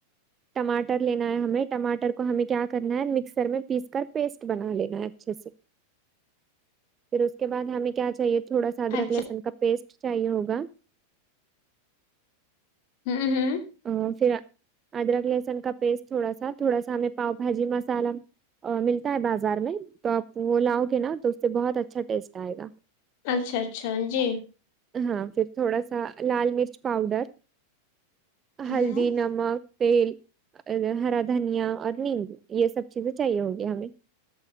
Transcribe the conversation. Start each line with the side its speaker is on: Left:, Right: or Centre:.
Right: ٹماٹر لینا ہے ہمیں ٹماٹر کو ہمیں کیا کرنا ہے مکسر میں پیس کر پیسٹ بنا لینا ہے اچھے سے پھر اس کے بعد ہمیں کیا چاہیے تھوڑا سا ادرک
Left: اچھا
Right: لہسن کا پیسٹ چاہیے ہوگا
Left: ہوں ہوں
Right: ا پھر ادرک لہسن کا پیسٹ تھوڑا سا تھوڑا سا ہمیں پاؤ بھاجی مسالہ ملتا ہے بازار میں تو آپ وہ لاؤ گے نا تو اس سے بہت اچھا ٹیسٹ آئے گا
Left: اچھا اچھا جی
Right: ہاں پھر تھوڑا سا لال مرچ پاؤڈر
Left: ہوں
Right: ہلدی نمک تیل ہرا دھنیا اور نیمبو یہ سب چیزیں چاہیے ہوگی ہمیں